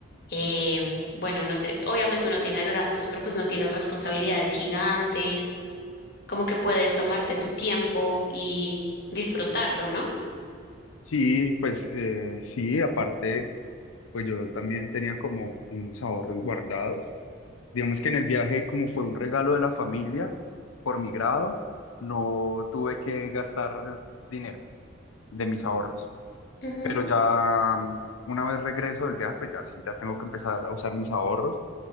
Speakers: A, on the left; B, on the left.
A: Eh, bueno, no sé, obviamente uno tiene gastos, pero pues no tienes responsabilidades gigantes, como que puedes tomarte tu tiempo y disfrutarlo, ¿no?
B: Sí, pues eh, sí, aparte, pues yo también tenía como unos ahorros guardados Digamos que en el viaje, como fue un regalo de la familia por mi grado, no tuve que gastar dinero de mis ahorros.
A: Ujú,
B: Pero ya mm, una vez regreso del viaje, pues ya sí, ya tengo que empezar a usar mis ahorros.